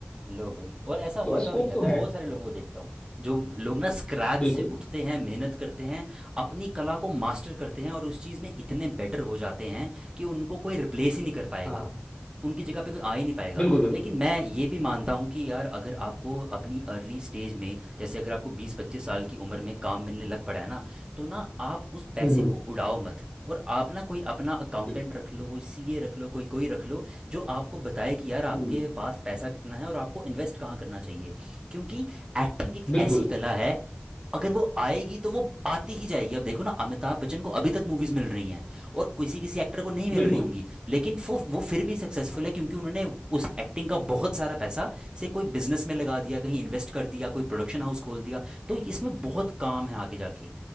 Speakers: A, on the right (about 20°); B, on the left (about 25°).
A: लो भाई और ऐसा
B: तो
A: होता
B: स्कोप
A: भी है
B: तो
A: मैं बहुत
B: है
A: सारे लोगों को देखता हूँ जो लोग ना स्क्रैच
B: बिल्कुल
A: से उठते हैं मेहनत करते हैं अपनी कला को मास्टर करते हैं और उस चीज़ में इतने बेटर हो जाते हैं कि उनको कोई रिप्लेस ही नहीं कर पाएगा
B: हाँ
A: उनकी जगह पे कोई आ ही नहीं पाएगा
B: बिल्कुल बिल्कुल
A: लेकिन मैं ये भी मानता हूँ कि यार अगर आपको अपनी अर्ली स्टेज में जैसे अगर आपको 20-25 साल की उम्र में काम मिलने लग पड़ा है ना तो ना आप उस पैसे
B: हम्म हम्म,
A: को उड़ाओ मत और आप ना कोई अपना अकाउंटेंट
B: बिल-
A: रख लो कोई सीए रख लो कोई कोई रख लो जो आपको बताए कि यार आपके
B: हम्म,
A: पास पैसा कितना है और आपको इन्वेस्ट कहाँ करना चाहिए क्योंकि एक्टिंग एक
B: बिल्कुल
A: ऐसी कला है अगर वो आएगी तो वो आती ही जाएगी अब देखो ना अमिताभ बच्चन को अभी तक मूवीज मिल रही हैं और किसी किसी एक्टर को नहीं मिल
B: बिल्कुल
A: रही होंगी लेकिन वो वो फिर भी सक्सेसफुल
B: हाँ
A: है क्योंकि उन्होंने उस एक्टिंग का बहुत सारा पैसा से कोई बिजनेस में लगा दिया कहीं इन्वेस्ट कर दिया कोई प्रोडक्शन हाउस खोल दिया तो इसमें बहुत काम है आगे जाके